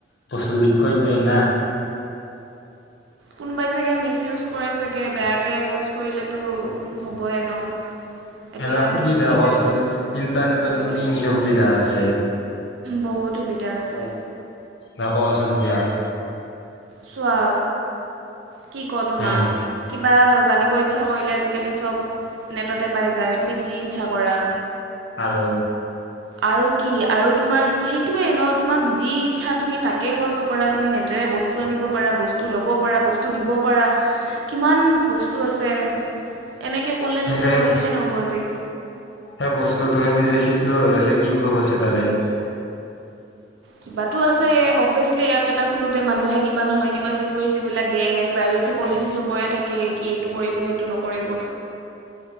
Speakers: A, on the left; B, on the right.
A: বস্তু লিক কৈ দে না।
B: কোনবাই চাগে মিচ ইউজ কৰে চাগে, বেয়াকে ইউজ কৰিলেটো হ'বই ন'। এতিয়া
A: এনে
B: এইটো
A: সুবিধা
B: তুমি নিজে
A: কচোন
B: ভাবি
A: ইণ্টাৰনেটৰনো
B: চাব লাগে
A: কিনকে সুবিধা আছে?
B: বহুত সুবিধা আছে।
A: না কোৱাছোন দিয়া?
B: চোৱা কি ক' তোমাক,
A: উম
B: কিবা জানিব ইচ্ছা কৰিলে আজিকালি চব নেটতে পাই যায় তুমি যি ইচ্ছা কৰা।
A: আৰু
B: আৰু কি আৰু তোমাৰ সেইটোৱে ন' তোমাক যি ইচ্ছা তুমি তাকে কৰিব পাৰা, তুমি নেতেৰে বস্তু বস্ত আনিব পাৰা বস্ত ল'ব পাৰা, বচ বস্তু দিব পাৰা, কিমান বস্তু আছে এনেকে ক'লেতো
A: কিন্তু সেই
B: শেষে নহ'ব আজি।
A: সেই বস্তুতটো খিনি যে চিকোৰ হৈ আছে কি প্ৰুফ আছে তাৰে?
B: কিবাটো আছে, এই অবভিয়াচলি এপ এটা খোলোতে মানুহে কিবা নহয় কিবা চিকিউৰিচিবিলাক দিয়ে এপ। প্ৰাইভেচি পলিচি চবৰে থাকে, কি এইটো কৰিব, সেইটো নকৰিব।